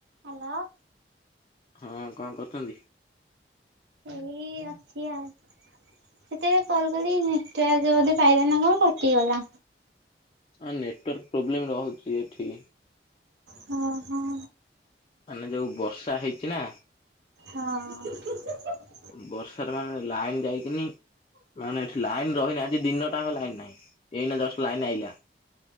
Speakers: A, on the right; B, on the left.
A: Hello.
B: ହଁ କଣ କରୁଛନ୍ତି?
A: ଏଇ ଅଛି ଆଉ। ସେତବେଲେ କଲ୍ କଲି ନେଟୱାର୍କ ବୋଧେ ପାଇଲା ନା କଣ କଟିଗଲା।
B: ହଁ ନେଟୱାର୍କ ପ୍ରୋବ୍ଲେମ ରହୁଛି ଏଠି।
A: ହଁ ହଁ।
B: ମାନେ ଯଉ ବର୍ଷା ହେଇଛି ନା।
A: ହଁ।
B: ବର୍ଷାରେ ମାନେ ଲାଇନ୍ ଯାଇକିନି ମାନେ ଏଠି ଲାଇନ୍ ରହନି ଆଜି ଦିନଟାଙ୍କ ଲାଇନ ନାହିଁ ଏଇନା ଜଷ୍ଟ ଲାଇନ ଆଇଲା।